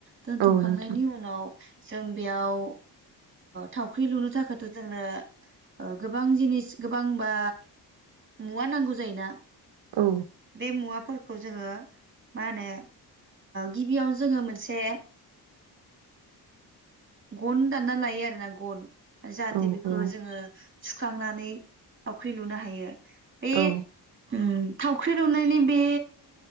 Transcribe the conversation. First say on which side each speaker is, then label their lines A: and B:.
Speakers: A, on the right (about 30°); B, on the right (about 85°).
A: दोनथुमखांनायनि
B: औ नोंथां
A: उनाव जों बेयाव थावख्रि लुनो थाखायथ' जोंनो गोबां गोबां जिनिस गोबांबा मुवा नांगौ जायोना।
B: औ
A: बे मुवाफोरखौ खौ जोङो मा होनो गिबियावनो जोङो मोनसे गन दानना लायो आरोना गन आरो जाहाथे
B: औ
A: बेखौ
B: औ
A: जोङो सुखांनानै थावख्रि लुनो हायो। बे
B: औ
A: उम। थावख्रि लुनायनि बे